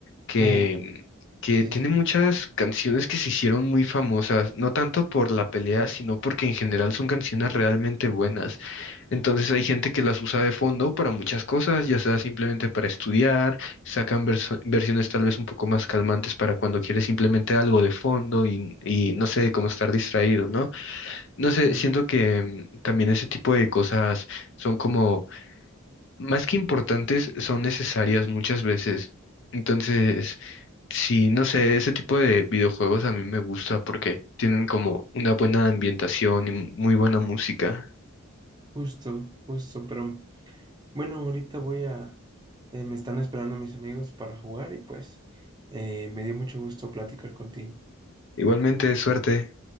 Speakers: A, on the left; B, on the right.
A: que,
B: Uf,
A: que
B: sí,
A: tiene
B: sí.
A: muchas canciones que se hicieron muy famosas, no tanto por la pelea, sino porque en general son canciones realmente buenas. Entonces hay gente que las usa de fondo para muchas cosas, ya sea simplemente para estudiar, sacan verso- versiones tal vez un poco más calmantes para cuando quieres simplemente algo de fondo y, y no sé, cómo estar distraído, ¿no? No sé,
B: claro.
A: siento que mm, también ese tipo de cosas son como, más que importantes, son necesarias muchas veces. Entonces, sí, no sé, ese tipo de videojuegos a mí me gusta porque tienen como una buena ambientación y muy buena música.
B: Justo, justo, pero bueno, ahorita voy a, eh, me están esperando mis amigos para jugar y pues eh, me dio mucho gusto platicar contigo.
A: Igualmente, suerte.